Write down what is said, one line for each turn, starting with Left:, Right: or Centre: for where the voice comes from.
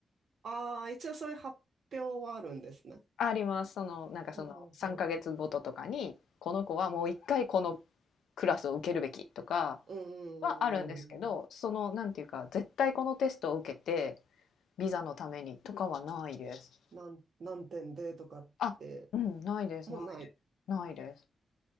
Right: ああ、一応そういう発表はあるんですね。
Left: ありますそのなんかその3ヶ月ごととかにこの子はもう一回この
Right: うんうんうん。
Left: クラスを受けるべきとか
Right: うん
Left: はあるんですけどそのなんていうか絶対このテストを受けて
Right: うんうん。
Left: ビザのためにとかはないです。
Right: なん、何点でとかって、
Left: あうんないですない
Right: もうない。
Left: ないです。